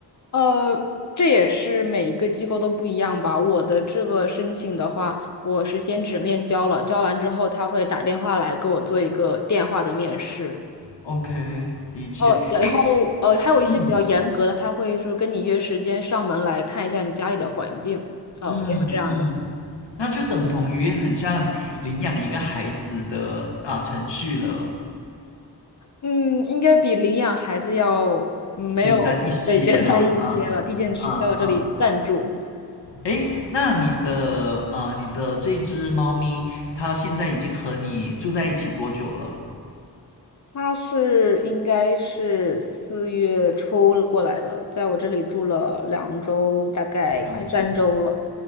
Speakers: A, on the left (about 45°); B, on the left (about 85°).
A: 呃，这也是每一个机构都不一样吧。我的这个申请的话，我是先纸面交了，交完之后他会打电话来给我做一个电话的面试。
B: ？OK，理解。
A: 哦，然后呃，
B: 诶，
A: 还有一些比较严格的，
B: 嗯
A: 他会说跟你约时间上门来看一下你家里的环境。哦，
B: 嗯嗯，
A: 也有这样的。
B: 那就等同于很像领养一个孩子的啊程序了。
A: 嗯，应该比领养孩子要嗯没有对简单一些了，
B: 简单一些啦，嗯嗯嗯。
A: 毕竟只是在我这里暂住。
B: 诶，那你的呃，你的这只猫咪，它现在已经和你住在一起多久了？
A: 他是应该是四月初了过来的，在我这里住了两周，大概快三周了。
B: 两周。